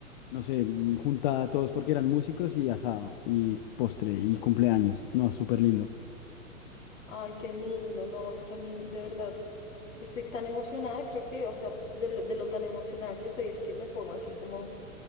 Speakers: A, on the left; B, on the left.
A: no sé, mm, juntada a todos porque eran músicos y asado y postre y cumpleaños. No, súper lindo.
B: Ay, qué lindo. No, es que a mí de verdad estoy tan emocionada. Creo que, o sea, de lo, de lo tan emocionada que estoy, es que me pongo así como,